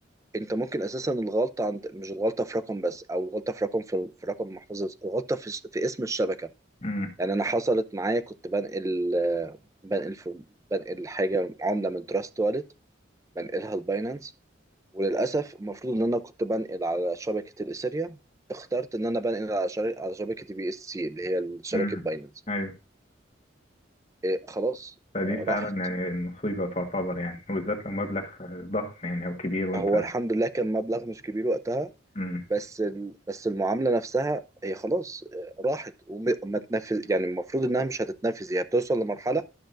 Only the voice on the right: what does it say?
انت ممكن اساسا الغلطة عند مش الغلطة في رقم بس او الغلطة في رقم في, في رقم محفظة الغلطة في, في اسم الشبكة
يعني انا حصلت معايا كنت بنقل بنقل في بنقل حاجة عملة من تراست والت بنقلها لباينانس وللأسف المفروض ان انا كنت بنقل على شبكة الاثيريا اخترت ان انا بنقل على شر- على شبكة بي اس سي اللي هي شبكة
باينانس
إيه خلاص
آه،
راحت
هو
الحمد لله كان مبلغ مش كبير وقتها
بس ال... بس المعامله نفسها هي خلاص آه، راحت وما تنفذ يعني المفروض انها مش هتتنفذ هي بتوصل لمرحله